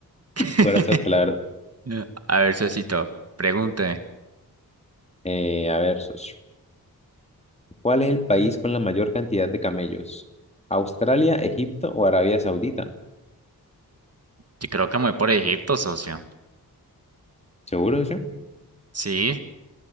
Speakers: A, on the right; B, on the left.
A: <laughs>
B: Buena suerte, la verdad.
A: Yeah. A ver, socito, pregúnteme.
B: Eh, a ver, socio. ¿Cuál es el país con la mayor cantidad de camellos? ¿Australia, Egipto o Arabia Saudita?
A: Yo creo que me voy por Egipto, socio.
B: ¿Seguro, socio?
A: ¿Sí?